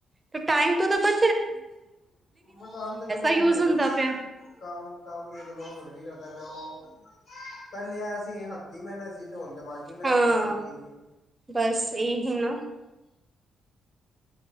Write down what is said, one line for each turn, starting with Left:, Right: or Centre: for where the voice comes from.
Right: ਤੇ ਟਾਈਮ ਤੋਂ ਉਹਦਾ ਬਾ-
Left: <unintelligible>
Right: ਯੂਜ ਹੁੰਦਾ ਪਿਆ
Left: ਕਾਮ, ਕਾਮ ਤੇ ਚਲੋ ਹੁਣ ਵੀ ਕਰਦਾ ਪਿਆ ਉਹ, ਪਹਿਲੇ ਐ ਸੀ, ਹੱਤੀ ਮਹਿਨਤ ਸੀ। ਤੇੁ ਹੁਣ ਦਿਮਾਗੀ ਮਿਹਨਤ
Right: ਹਾਂ
Left: ਜ਼ਿਆਦਾ ਹੋ ਗਈ ਏ ਕਿ?
Right: ਬਸ ਏਹ ਹੀ ਨਾ